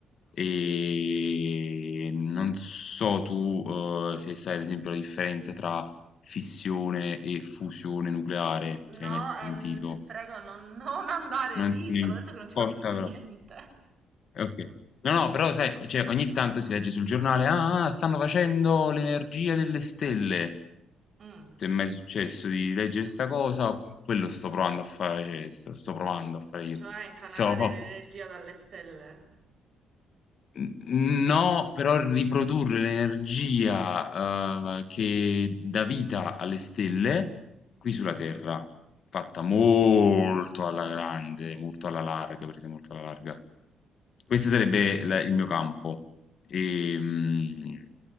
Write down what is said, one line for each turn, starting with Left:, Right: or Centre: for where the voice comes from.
Left: E non so tu, eh, se sai ad esempio la differenza tra fissione e fusione nucleare,
Right: No,
Left: se hai mai
Right: ehm,
Left: sentito.
Right: ti prego, non, non andare
Left: Non
Right: lì,
Left: ti
Right: te
Left: importa
Right: l'ho detto che non ci capisco
Left: però.
Right: niente.
Left: Eh, Ok. No, no, però sai, cioè, ogni tanto si legge sul giornale, ah, ah, stanno facendo l'energia delle stelle.
Right: Mm,
Left: Ti è mai successo di leggere sta cosa? Quello sto provando a fare, cioè, sto, sto provando a fare io.
Right: cioè incanalare
Left: So.
Right: l'energia dalle stelle?
Left: N- No, però riprodurre l'energia eh, che dà vita alle stelle qui sulla Terra, fatta molto alla grande, molto alla larga, perché molto alla larga. Questo sarebbe la- il mio campo, ehm,